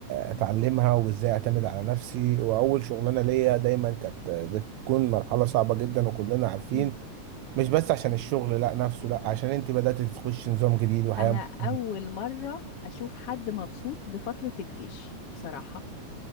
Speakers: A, on the right; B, on the left.
A: اتعلمها وازاي اعتمد على نفسي واول شغلانه ليا دايما كانت بتكون مرحله صعبه جدا وكلنا عارفين
B: مم.
A: مش بس عشان الشغل لا نفسه لا عشان انت بدأت تخش نظام جديد وحياة
B: انا اول
A: مختلفة.
B: مره اشوف حد مبسوط بفتره الجيش بصراحه